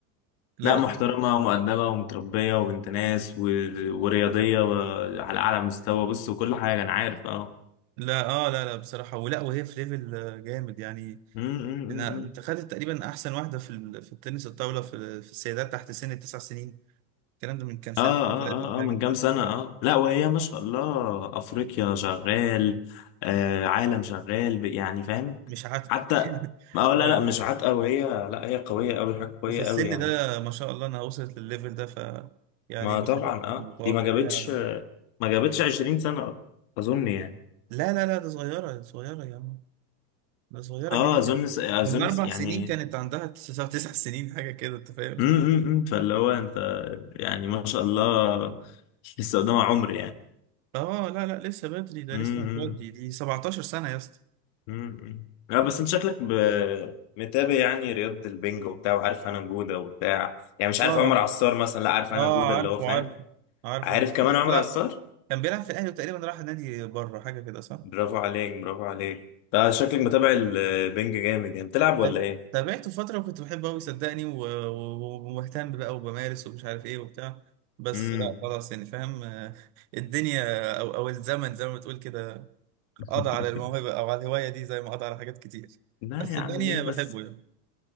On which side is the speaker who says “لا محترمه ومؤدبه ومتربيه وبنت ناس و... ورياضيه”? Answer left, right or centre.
Left